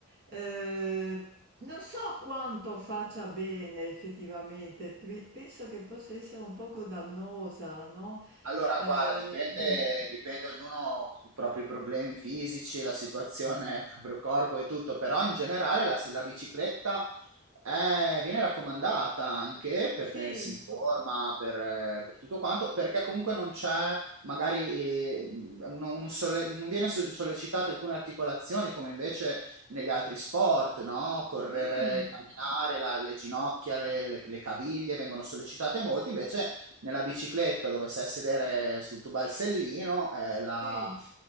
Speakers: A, on the right; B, on the right.
A: ehm, non so quanto faccia bene effettivamente. Pe- penso che possa essere un poco dannosa, no?
B: Allora,
A: Ehm,
B: guarda, dipende,
A: mh.
B: dipende ognuno i propri problemi fisici, la situazione, il proprio corpo e tutto, però in generale la, la bicicletta è- viene raccomandata anche per tenersi
A: Sì.
B: in forma, per, eh, per tutto quanto, perché comunque non c'è magari, eh, un- un solle- non viene so- sollecitato alcune articolazioni come invece negli altri sport, no? Correre,
A: Mh.
B: camminare, la- le ginocchia, le, le- le caviglie vengono sollecitate molto, invece nella bicicletta dove stai a sedere sul tuo balsellino, eh, la-
A: Sì,